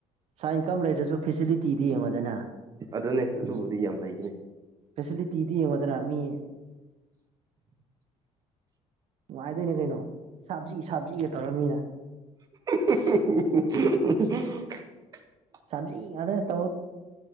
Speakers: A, on the right (about 55°); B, on the right (about 30°).
A: ꯁꯥꯏ ꯏꯟꯀꯝ ꯂꯩꯔꯁꯨ ꯐꯦꯁꯤꯂꯤꯇꯤꯗꯤ ꯌꯦꯡꯉꯗꯅ ꯏꯁꯄꯦꯁꯂꯤ
B: ꯑꯗꯨꯅꯦ ꯑꯗꯨꯕꯨꯗꯤ ꯌꯥꯝ ꯂꯩꯕꯅꯦ
A: ꯇꯤꯗꯤ ꯑꯦ ꯃꯗꯨꯅꯥꯃꯤ
B: <unintelligible>
A: ꯅꯨꯡꯉꯥꯏꯗꯣꯏꯅꯦ ꯀꯩꯅꯣ ꯁꯥꯞꯖꯤ ꯁꯥꯞꯖꯤꯒ ꯇꯧꯔꯝꯅꯤꯅ
B: <unintelligible>
A: ꯁꯖꯤ ꯑꯗ ꯇ